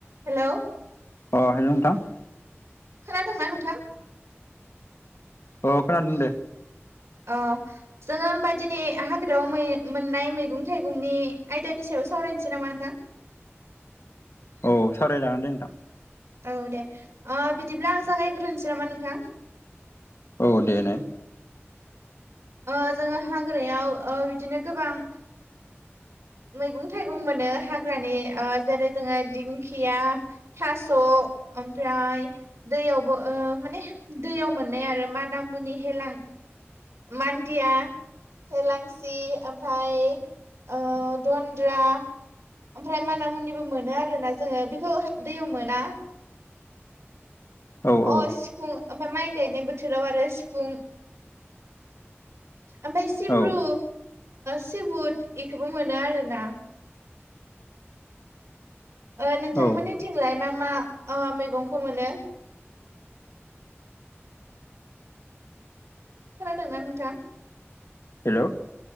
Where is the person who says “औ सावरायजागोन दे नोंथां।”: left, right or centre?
Left